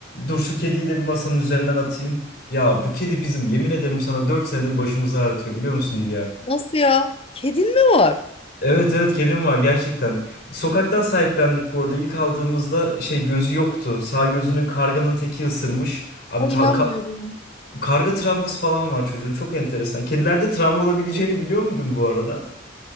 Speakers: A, on the left; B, on the left.
A: Dur şu kediyi de bir masanın üzerinden atayım. Ya bu kedi bizim yemin ederim sana 4 senedir başımızı ağrıtıyor biliyor musun Hülya?
B: Nasıl ya? Kedin mi var?
A: Evet evet kedim var gerçekten. Sokaktan sahiplendik bu arada. İlk aldığımızda şey gözü yoktu. Sağ gözünü karganın teki ısırmış. Abi
B: Ay
A: ta-
B: inanmıyorum.
A: ka- karga travması falan var çocuğun. Çok enteresan. Kedilerde travma olabileceğini biliyor muydun bu arada?